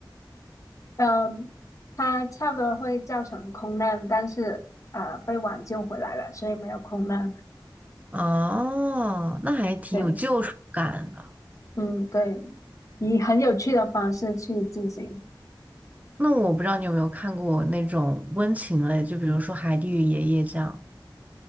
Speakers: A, on the left; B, on the right.
A: 嗯、它差不多会造成空难，但是呃被挽救回来了，所以没有空难。
B: 哦，那还挺有救赎感的。
A: 对，嗯对，以很有趣的方式去进行。
B: 那我不知道你有没有看过那种温情类，就比如说《海蒂与爷爷》这样。